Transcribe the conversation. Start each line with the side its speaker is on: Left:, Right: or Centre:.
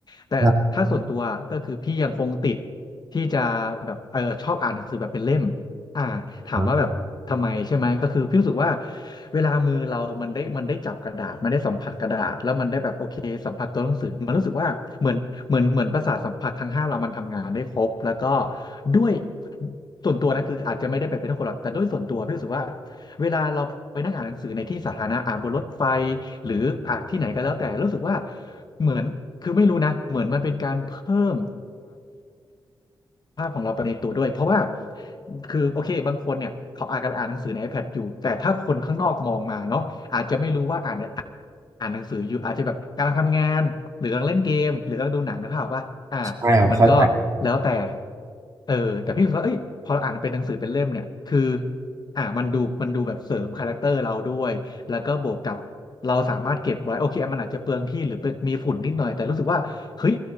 Left: แต่ถ้าส่วนตัวก็คือพี่ยังคงติด
Right: ครับ
Left: ที่จะแบบเออชอบอ่านหนังสือแบบเป็นเล่ม อ่าถามว่าแบบทำไมใช่ไหมก็คือพี่รู้สึกว่า
Right: ใช่ครับ
Left: เวลามือเรา มันได้มันได้จับกระดาษมันได้สัมผัสกระดาษแล้วมันได้แบบโอเคสัมผัสตัวหนังสือมันรู้สึกว่าเหมือนเหมือนเหมือนประสาทสัมผัสทั้งห้าเรามันทำงานได้ครบแล้วก็ด้วยส่วนตัวนะคืออาจจะไม่ได้แบบเป็นคนหรอกแต่ด้วยส่วนตัวพี่รู้สึกว่าเวลาเราไปนั่งอ่านหนังสือในที่สาธารณะอ่านบนรถไฟหรืออ่านที่ไหนก็แล้วแต่รู้สึกว่าเหมือนคือไม่รู้นะเหมือนมันเป็นการเพิ่ม ภาพของเราไปในตัวด้วยเพราะว่าคือโอเคบางคนเนี่ยเขาอาจจะอ่านหนังสือใน iPad อยู่แต่ถ้าคนข้างนอกมองมาเนาะอาจจะไม่รู้ว่าอ่าน อ่านหนังสืออยู่อาจจะแบบกำลังทำงานหรือกำลังเล่นเกมหรือกำลังดูหนังนะพ่อป่ะอ่า
Right: เข้าใจ
Left: มันก็แล้วแต่เออแต่พี่รู้สึกว่าเอ้ยพออ่านเป็นหนังสือเป็นเล่มเนี่ยคืออ่ามันดูมันดูแบบเสริมคาแรคเตอร์เราด้วยแล้วก็บวกกับเราสามารถเก็บไว้โอเคอ่ะมันอาจจะเปลืองที่หรือเป็นมีฝุ่นนิดหน่อยแต่รู้สึกว่าเฮ้ย